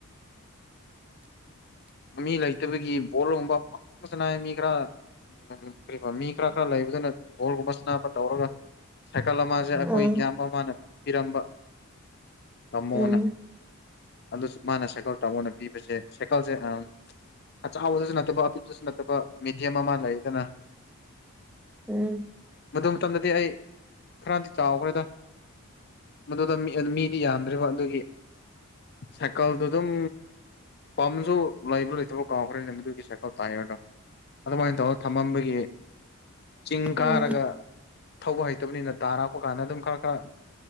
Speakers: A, in the centre; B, on the left.
A: <inaudible>
B: ꯃꯤ ꯂꯩꯇꯕꯒꯤ ꯕꯣꯜꯒꯨꯝꯕ ꯄꯥꯡꯊꯣꯛꯁꯅ ꯃꯤ ꯈꯔ ꯀꯔꯤ ꯃꯤ ꯈꯔ ꯈꯔ ꯂꯩꯕꯗꯨꯅ ꯕꯣꯜꯒꯨꯝꯕ ꯁꯕ ꯇꯧꯔꯒ ꯁꯥꯏꯀꯜ ꯑꯃꯁꯁꯦ ꯑꯩꯈꯣꯏ
A: ꯑꯥ
B: ꯏꯌꯥꯝꯕ ꯃꯥꯅ ꯄꯤꯔꯝꯕ ꯇꯃꯨꯅ
A: ꯎꯝ
B: ꯑꯗꯨꯁꯨ ꯃꯥꯅ ꯁꯥꯏꯀꯜ ꯇꯥꯃꯣꯅ ꯄꯤꯕꯁꯦ ꯁꯥꯏꯀꯜꯁꯦ ꯑ ꯑ ꯆꯥꯎꯕꯗꯁꯨ ꯅꯠꯇꯕ ꯑꯄꯤꯄꯗꯁꯨ ꯅꯠꯇꯕ ꯃꯦꯗꯤꯌꯝ ꯑꯃ ꯂꯩꯗꯅ
A: ꯎꯝ
B: ꯑꯗꯨ ꯃꯇꯝꯗꯗꯤ ꯑꯩ ꯈꯔꯗꯤ ꯆꯥꯎꯈ꯭ꯔꯦꯗ ꯃꯗꯨꯗ ꯃꯤꯗꯤ ꯌꯥꯝꯗ꯭ꯔꯤꯕ ꯑꯗꯨꯒꯤ ꯁꯥꯏꯀꯜꯗꯨ ꯑꯗꯨꯝ ꯄꯥꯝꯁꯨ ꯂꯩꯕ꯭ꯔꯥ ꯂꯩꯇꯕ ꯀꯥꯎꯈ꯭ꯔꯦꯅꯦ ꯃꯗꯨꯒꯤ ꯁꯥꯏꯀꯜ ꯇꯥꯏꯔꯅꯣ ꯑꯗꯨꯃꯥꯏꯅ ꯇꯧꯔꯒ ꯊꯝꯃꯝꯕꯒꯤ ꯆꯤꯡ
A: ꯎꯝ
B: ꯀꯥꯔꯒ ꯊꯧꯕ ꯍꯩꯇꯕꯅꯤꯅ ꯇꯥꯔꯛꯄ ꯀꯥꯟꯗ ꯑꯗꯨꯝ ꯈꯔ ꯈꯔ